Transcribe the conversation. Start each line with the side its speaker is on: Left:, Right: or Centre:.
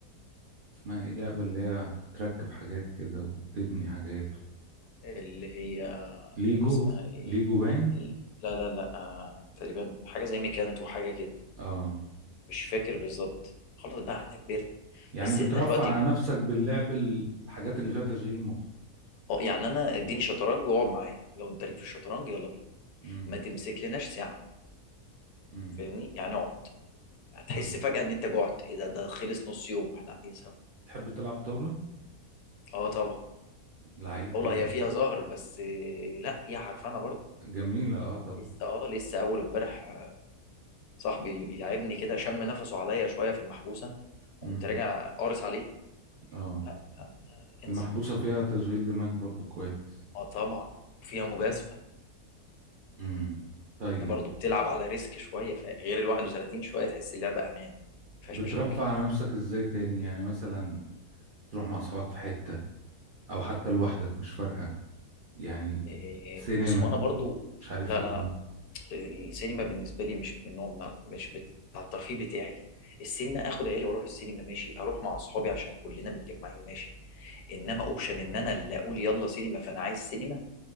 Right: اسمها ايه لعبة اللي هي بتركب حاجات كده وتبني حاجات
Left: اللي هي
Right: ليجو
Left: كان اسمها إيه
Right: ليجو باين
Left: لا لا لا آه، تقريبا حاجة زي ميكانتو وحاجة كده
Right: اه
Left: مش فاكر بالظبط خلاص بقى احنا كبرنا
Right: يعني
Left: بس
Right: بترفع
Left: احنا دلوقتي
Right: على آه. نفسك باللعب الحاجات اللي فيها تشغيل مخ
Left: اه يعني انا اديني شطرنج واقعد معايا لو انت ليك في الشطرنج يلا بينا
Right: امم
Left: ما تمسك لناش ساعة
Right: امم
Left: فاهمني يعني اقعد هتحس
Right: امم
Left: فجأة ان انت جعت ايه ده ده خلص نص يوم واحنا قاعدين سوا
Right: تحب تلعب طاولة
Left: اه طبعا
Right: لعيب
Left: اولا
Right: طاولة
Left: هي فيها زهر بس آه، لا فيها عرفانة برضه
Right: جميلة اه طبعا
Left: لسه اه لسه اول امبارح آه، صاحبي اللي بيلعبني كده شم نفسه عليا شوية في المحبوسة قمت
Right: امم
Left: راجع قارص عليه
Right: اه
Left: لا لا لا، انسى
Right: المحبوسة فيها تشغيل دماغ برضو كويس
Left: اه طبعا وفيها مجازفة
Right: امم طيب
Left: انت برضه بتلعب على ريسك شوية ف- غير ال 31 شوية تحس اللعبة امان مفيهاش
Right: بترفع
Left: مشاكل
Right: على نفسك ازاي تاني يعني مثلا تروح مع اصحابك في حتة او حتى لوحدك مش فارقة يعني
Left: إيه،
Right: سينما
Left: بص هو انا برضه
Right: مش عارف
Left: لا
Right: ايه
Left: لا السينما بالنسبه لي مش من نوع من مش بتاع الترفيه بتاعي السينما اخد عيالي واروح السينما ماشي اروح مع اصحابي عشان كلنا متجمعين ماشي انما اوبشن ان انا اللي اقول يلا سينما فانا عايز سينما